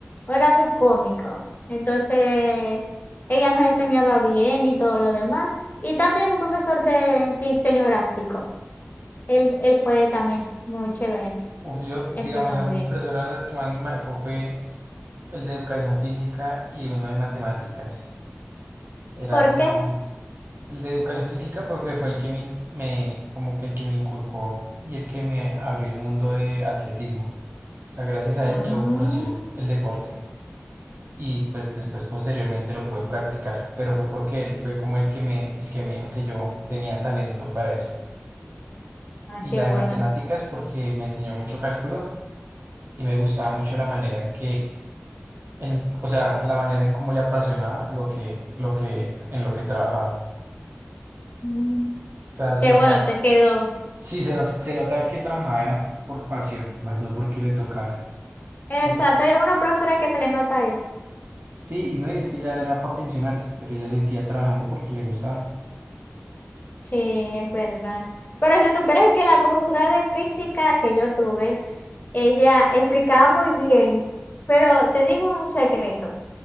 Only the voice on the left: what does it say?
era muy cómico. Entonces, ella nos enseñaba bien y todo lo demás. Y también un profesor de diseño gráfico. Él, él fue también muy chévere,
explica muy
bien.
¿Por
qué?
Ah,
ah,
qué
bueno.
Mm,
Qué
bueno te quedó.
Exacto,
hay alguna profesora que se le nota eso.
Sí, es verdad. Pero si supieras que la profesora de física que yo tuve, ella explicaba muy bien, pero te digo un secreto,